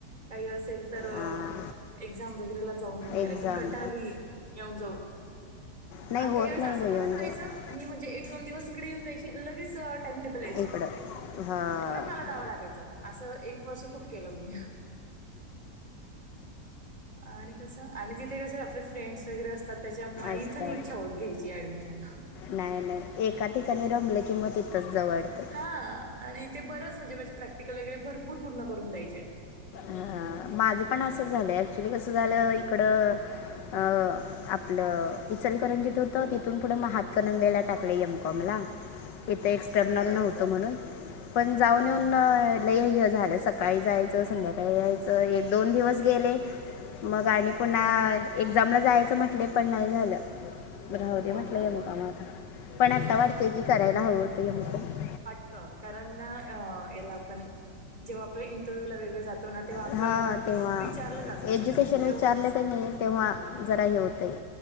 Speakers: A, on the right (about 20°); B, on the left (about 75°).
A: काही असेल तर
B: हां
A: एक्झाम वगैरेला जाऊन येऊन कराय
B: एक्झाम
A: पण कंटाळलेली येऊन जाऊन
B: नाही
A: आ
B: होत
A: काही वेळेस
B: नाही
A: असं
B: लय
A: पण
B: येऊन
A: होऊन जायचं
B: जाऊन
A: मी म्हणजे एक दोन दिवस तिकडे येऊन जायची लगेच टाइम टेबल यायचं.
B: इकडं हां
A: परत मला जावं लागायचं असं एक वर्ष खूप केलं मी आणि कसं आणि तिथे कस आपले फ्रेंड्स वगैरे असतात त्याच्यामुळे
B: असतात
A: इथ नाही. इचछा होत घ्यायची ऍडमिशन.
B: नाही नाही एका ठिकाणी रमले की मग तिथंच जाऊ वाटतंय.
A: ह आणि ते बरंच म्हणजे माझे प्रॅक्टिकल वगैरे भरपूर पूर्ण करून द्यायचे.
B: ह माझं पण असं झालं ऍक्च्युली कस झालं. इकड अ आपलं इचलकरंजीत होतं तिथून पुढं म हातकणंगलेला टाकलं एमकॉम ला. इथं एक्सटर्नल नव्हतं म्हणून. पण जाऊन येऊन लइ हे झालं सकाळी जायचं संध्याकाळी यायचं एक दोन दिवस गेले. मग आणि पुन्हा एक्झामला जायचं म्हटले पण नाही झालं. राह
A: हो
B: दे म्हटलं
A: ना?
B: एम कॉम आता पण आत्ता वाटतय की करायला हवं होतं एम कॉम.
A: हो कारण ना याला आपण जेव्हा आपलं इंटरव्ह्यू ला वेगळे जात. ना तेव्हा आपलं
B: हा तेव्हा
A: विचारलं जातो
B: एज्युकेशन
A: शिक्षण तेवढंच
B: विचारलं की नाही तेव्हा जरा हे होतं आहे.